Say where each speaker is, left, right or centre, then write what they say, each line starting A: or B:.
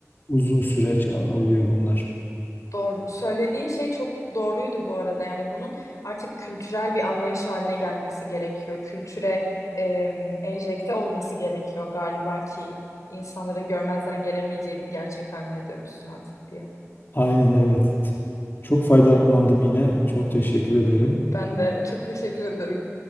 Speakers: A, on the left; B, on the left.
A: uzun süreç al- alıyor bunlar.
B: doğru. Söylediğin şey çok doğruydu bu arada. Yani bunun artık kültürel bir anlayış haline gelmesi gerekiyor. Kültüre em, enjekte olması gerekiyor galiba ki insanların görmezden gelemeyeceği bir gerçek haline dönüşsün artık diye.
A: Aynen evet. Çok faydalandım yine. Çok teşekkür ederim.
B: Ben de çok teşekkür ederim.